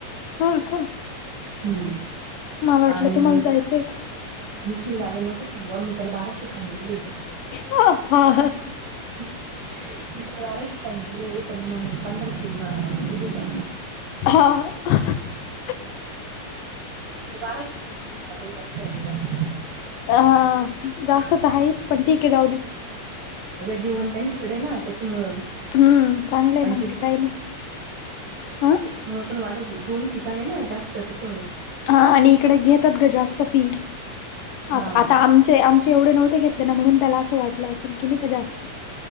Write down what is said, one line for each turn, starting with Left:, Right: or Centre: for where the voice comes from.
Left: हा का
Right: हम्म
Left: मला वाटलं
Right: आणि
Left: तुम्हाला जायचंय का
Right: निखिल दादल नको सांगू मी त्याला बाराशे सांगितलं प्लीज
Left: हा
Right: म त्याला वाराश सांगित पण मग पंधराशे म दिली का
Left: हा
Right: बाराशे लस म्हणून ल जास्त आहे जास्त
Left: हा जास्तत आहेच पण ठीक आहे जाऊ दे
Right: अ जेवण त्यांच्याकडे ना त्या त्या
Left: हम्म चांगलंय मग ते काही नाही ह
Right: त्यामुळे पण वा दोन ठिकाणे ना जास्त त्याच्यामु
Left: हा आणि इकडें घेतात ग जास्त फी
Right: हा
Left: अस आता आमचे आमचे एवढे नव्हते घेतले ना म्हणून त्याला असं वाटलं असेल की नाही का जास्त